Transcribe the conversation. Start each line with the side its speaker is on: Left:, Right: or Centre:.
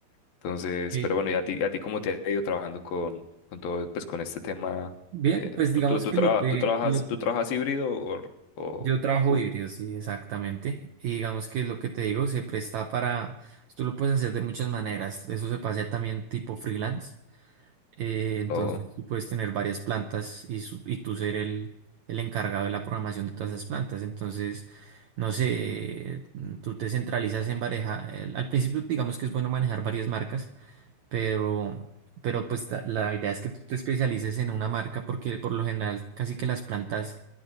Left: Entonces,
Right: Ok.
Left: pero bueno, ¿y a ti, a ti cómo te ha ido trabajando con, con todo, pues con este tema?
Right: Bien,
Left: Eh,
Right: pues digamos
Left: ¿tú, tú, tú
Right: que
Left: traba-
Right: lo te,
Left: tú trabajas,
Right: lo
Left: tú
Right: te-
Left: trabajas híbrido o, o
Right: Yo trabajo
Left: full?
Right: híbrido, sí, exactamente. Y digamos que es lo que te digo, se presta para, tú lo puedes hacer de muchas maneras. Eso se puede hacer también tipo freelance. Eh, entonces
Left: O,
Right: tú puedes tener varias plantas y, su- y tú ser el, el encargado de la programación de todas esas plantas. Entonces, no sé, tú te centralizas en manejar, al principio digamos que es bueno manejar varias marcas, pero, pero pues ta- la idea es que tú te especialices en una marca porque por lo general casi que las plantas